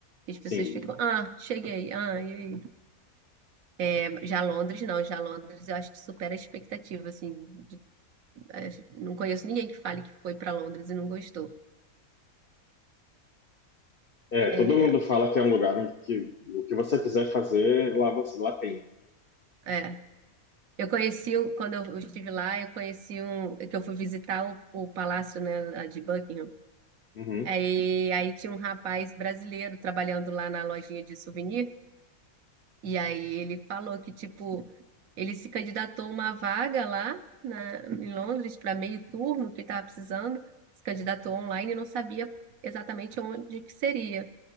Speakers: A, on the right; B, on the left.
A: As pessoas
B: Sim,
A: ficam, ah, cheguei, ah, e aí? É, já Londres, não, já Londres eu acho que supera a expectativa, assim. de- acho- não conheço ninguém que fale que foi para Londres e não gostou.
B: é,
A: É,
B: todo mundo fala que é um lugar em que o que você quiser fazer, lá, você, lá tem.
A: é. Eu conheci, o- quando eu estive lá, eu conheci um, que eu fui visitar o, o palácio, né, lá de Buckingham.
B: Uhum,
A: Aí, aí tinha um rapaz brasileiro trabalhando lá na lojinha de souvenir, e aí ele falou que, tipo, Ele se candidatou a uma vaga lá na, em Londres para meio turno que estava precisando. Se candidatou online e não sabia exatamente onde que seria.